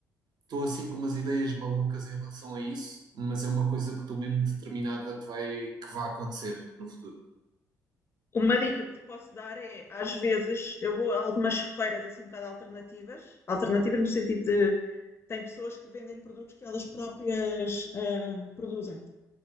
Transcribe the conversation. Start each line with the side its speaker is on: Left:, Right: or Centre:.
Right: Estou assim com umas ideias malucas em relação a isso, mas é uma coisa que estou mesmo determinada que vai, que vai acontecer no futuro.
Left: Uma dica que te posso dar é, às vezes, eu vou a algumas feiras assim um bocado alternativas, alternativas no sentido Tem pessoas que vendem produtos que elas próprias ah, produzem.